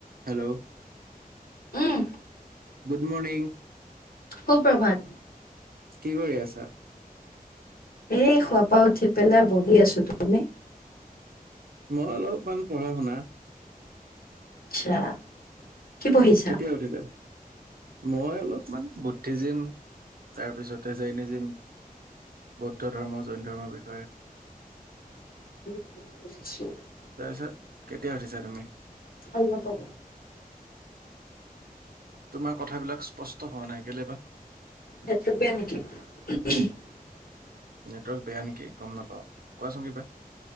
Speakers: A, on the right; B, on the left.
A: Hello
B: um
A: good morning.
B: সুপ্ৰভাত।
A: কি কৰি আছা
B: এই শুৱাপা উঠি পেলাই বহি আছোঁ, তুমি?
A: মই অলপমান পঢ়া-শুনা।
B: আচ্ছা। কি পঢ়িছা?
A: কেতিয়া উঠিলা মই অলপমান বৌদ্ধিজীম তাৰপিছতে জেইনিজিম বৌদ্ধ ধৰ্ম, জৈন ধৰ্মৰ বিষয়ে।
B: <inaudible>
A: তাৰপিছত কেতিয়া উঠিছা তুমি?
B: অলপ আগত।
A: তোমাৰ কথাবিলাক স্পষ্ট হোৱা নাই, কেলে বা।
B: নেটৱৰ্ক বেয়া নেকি? <unintelligible>
A: নেটৱৰ্ক বেয়া নেকি, গম নাপাওঁ, কোৱাচোন কিবা।